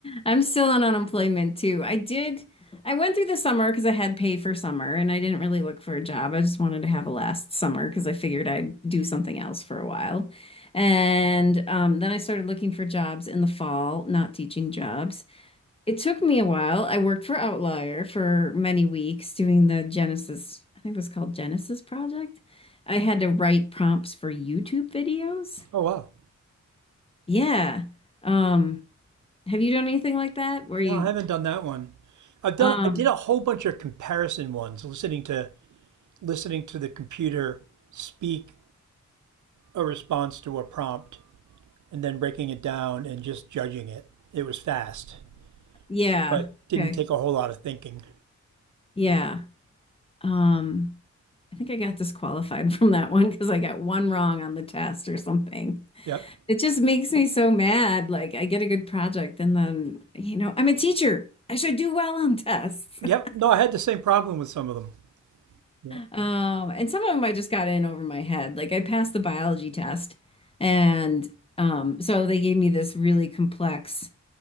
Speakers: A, on the left; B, on the right.
A: I'm still on unemployment too. I did, I went through the summer because I had pay for summer and I didn't really look for a job. I just wanted to have a last summer because I figured I'd do something else for a while. And um, then I started looking for jobs in the fall, not teaching jobs. It took me a while. I worked for Outlier for many weeks doing the Genesis, I think it was called Genesis Project. I had to write prompts for YouTube videos.
B: oh wow.
A: Yeah. Um, have you done anything like that where
B: No,
A: you
B: I haven't done that one. I've done
A: Um,
B: I did a whole bunch of comparison ones, listening to listening to the computer speak a response to a prompt and then breaking it down and just judging it. It was fast,
A: yeah.
B: but didn't
A: Okay.
B: take a whole lot of thinking.
A: Yeah. Um, I think I got disqualified <laughs> from that one because I got one wrong on the test or something.
B: Yep.
A: It just makes me so mad. Like I get a good project and then, you know, I'm a teacher. I should do well on tests.
B: Yep.
A: <laughs>
B: No, I had the same problem with some of them. Yep.
A: Um, and some of them I just got in over my head. Like I passed the biology test and um, so they gave me this really complex